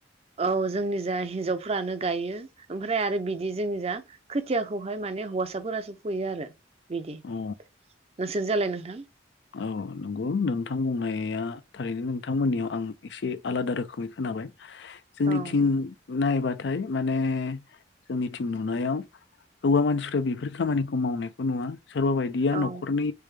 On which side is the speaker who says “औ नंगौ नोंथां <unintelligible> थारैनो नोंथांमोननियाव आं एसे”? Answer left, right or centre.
Left